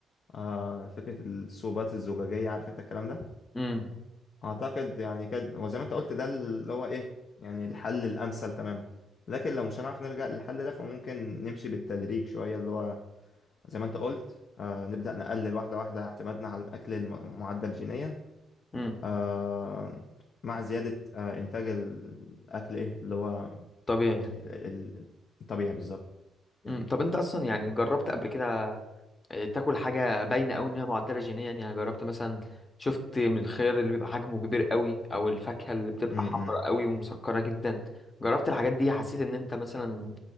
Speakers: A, on the left (about 60°); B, on the left (about 35°).
A: آه فكرة الصوبات الزجاجية عارف أنت الكلام ده
B: امم
A: أعتقد يعني كده وزي ما أنت قلت ده اللي هو إيه يعني الحل الأمثل تماما لكن لو مش هنعرف نلجأ للحل ده فممكن نمشي بالتدريج شوية اللي هو زي ما أنت قلت آه نبدأ نقلل واحدة واحدة اعتمادنا على الأكل الم- معدل جينيا
B: امم
A: آه، مع زيادة آه، إنتاج الأكل إيه اللي هو
B: طبيعي
A: ال- ال- الطبيعي بالظبط
B: امم طب انت اصلا يعني جربت قبل كده آه، تاكل حاجه باينه قوي انها معدله جينيا يعني جربت مثلا شفت من الخيار اللي بيبقى حجمه كبير قوي او الفاكهه اللي بتبقى
A: م-
B: حمراء
A: م.
B: قوي ومسكره جدا جربت الحاجات دي حسيت ان انت مثلا